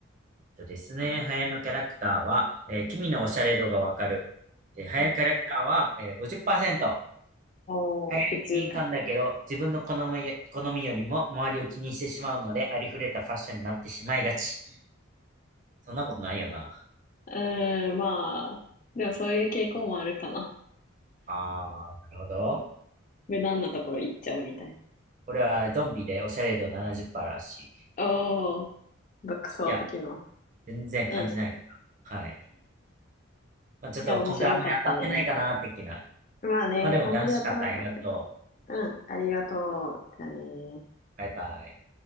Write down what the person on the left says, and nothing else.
うん。
おー、
普通か。
うーん、まあ、でもそういう傾向もあるかな。
無難なところ行っちゃうみたいな。
おー、独創的な。
うん。い
や、面白かったね。
まあね、
あんまり当たらんかったけ
ど。うん、ありがとう。じゃあね。